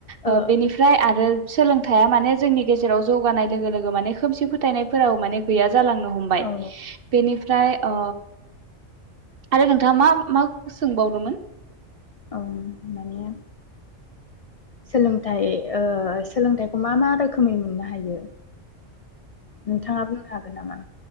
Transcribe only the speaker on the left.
औ
औ
अ माने सोलोंथाइ ओ सोलोंथाइखौ मा मा रोखोमै मोननो हायो? नोंथाङा बुंनो हागोन नामा?